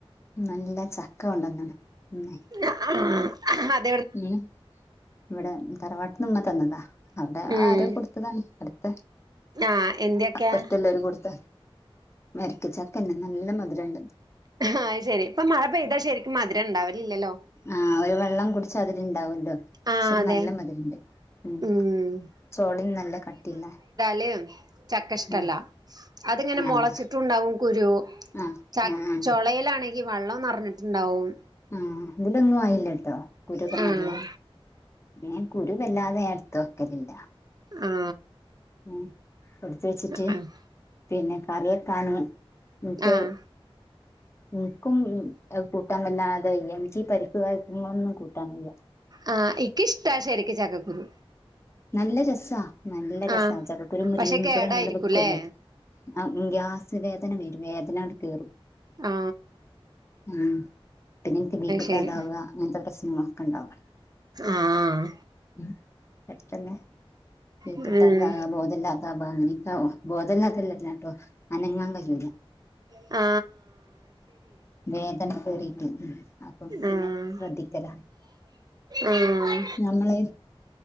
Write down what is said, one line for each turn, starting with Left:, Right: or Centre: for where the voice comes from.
Left: നല്ല ചക്ക കെണ്ടന്ന്ണ് മ്.
Right: <unintelligible>
Left: ഉം ഇവിടെ തറവാട്ട്ന്ന്മ്മ തന്നതാ. അവിടെ
Right: ഉം
Left: ആരോ കൊടുത്തതാണ് അടുത്തെ
Right: ആഹ് എന്ത്യൊക്കെയാ
Left: അപ്പറത്തെ ല്ലരും കൊടുത്ത വരക്കച്ചക്ക നല്ല മധുരണ്ട്.
Right: ആഹ് ശരി ഇപ്പൊ മഴ പെയ്താ ശരിക്കും മധുരം ഉണ്ടാവലില്ലല്ലോ?
Left: ആ ഒരു വെള്ളം കുടിച്ച അതില് ഇണ്ടാവല്ലോ
Right: ആഹ്
Left: പക്ഷെത്
Right: അതെ
Left: നല്ല മധുരുണ്ട് മ്
Right: ഉം
Left: ചോളേം ന്നല്ല കട്ടിള്ള
Right: ല് ചക്ക ഇഷ്ടല്ല
Left: ഉം
Right: അതിങ്ങനെ മുളച്ചിട്ടണ്ടാവും
Left: ആഹ്
Right: കുരു
Left: ആഹ്
Right: ച
Left: ആഹ് ആഹ്
Right: ചുളയിലാണെങ്കി വെള്ളം നിറഞ്ഞിട്ടുണ്ടാവും.
Left: ആ ഇതിലൊന്നും ആയില്ലട്ടോ കുരൊക്കെ
Right: ആഹ്
Left: നല്ലേ പിന്നെ കുരുവല്ലാതെ എടുത്ത് വയ്ക്കലില്ല.
Right: മ്
Left: ഉം കൊടുത്ത വെച്ചിട്ട്
Right: ആഹ്
Left: പിന്നെ കറി വെക്കാന് ഇന്ക്ക്
Right: ആഹ്
Left: ഇന്ക്കും കൂട്ടാൻ വല്ലാതെയ്യ എനിക്ക് ഈ പരിക്ക് കൊന്നും കൂട്ടാൻവയ്യ
Right: ആ ഇക്കിഷ്ട ശരിരിക്ക ചക്കക്കുരു
Left: നല്ല രസ നല്ല രസ
Right: ആഹ്
Left: ചക്കക്കുരു മുരിങ്ങും
Right: പക്ഷെ കേടായിരിക്കുംല്ലേ
Left: കൂടെ നമ്മൾ വെക്കുല്ലോ? ആ ഗ്യാസ് വേദന വരും വേദന കയറും.
Right: ആ
Left: ഉ പിന്നെ എനിക്ക് ബീ പിട്ടാതാവുക
Right: ശരി
Left: അങ്ങനത്തെ പ്രശ്നങ്ങളൊക്കെ ഉണ്ടവാ
Right: ആഹ്
Left: മ് പഠിക്കന്നെ <unintelligible>
Right: ഉം
Left: ബോധല്ലാത്ത നക്കവൊ ബോധല്ലാത്തല്ലാട്ടോ അനങ്ങാൻ കഴിയൂല.
Right: ആ
Left: വേദന കറിട്ട് പിന്നെ
Right: ആഹ്
Left: ശ്രദ്ധിക്കല
Right: ആഹ്
Left: നമ്മള്